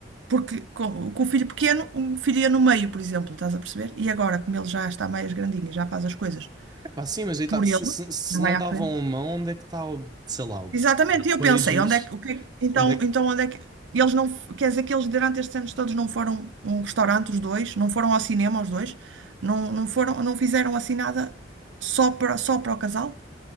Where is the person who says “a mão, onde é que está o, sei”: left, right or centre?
Right